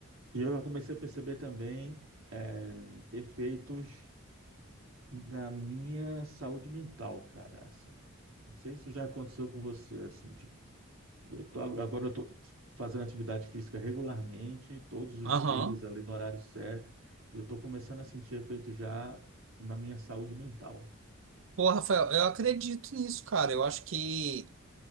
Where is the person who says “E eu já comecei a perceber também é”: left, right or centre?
Right